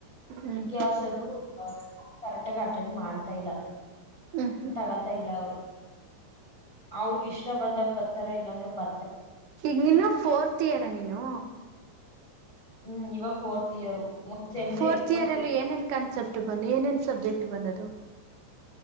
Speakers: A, on the right; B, on the left.
A: ಹ್ಮ್
B: ಅದಕ್ಕೆ ಆ ಸರ್ ಕರೆಕ್ಟಗ ಅಟೆಂಡ್ ಮಾಡ್ತಾ ಇಲ್ಲ
A: ಹ್ಮ್
B: ತಗತಾ ಇಲ್ಲ ಅವರು ಅವ್ರ ಇಷ್ಟ ಬಂದಾಗ ಬತ್ತಾರ ಇಲ್ಲಾಂದ್ರ ಬ
A: ಈಗ ನಿನ್ನ ಫೋರ್ತ್ ಇಯರ ನೀನು
B: ಹ್ಮ್ ಇವಾಗ ಫೋರ್ತ್ ಇಯರ್ ಒಂದ್ ಸೆಮ್ದು
A: ಫೋರ್ತ್
B: ಎಕ್ಸಾಮ್
A: ಇಯರ್
B: ಕೊಟ್ಟಿ
A: ಅಲ್ಲಿ ಏನೇನ್ ಕಾನ್ಸೆಪ್ಟ್ ಬಂದು ಏನೇನ್ ಸಬ್ಜೆಕ್ಟ್ ಬಂದದು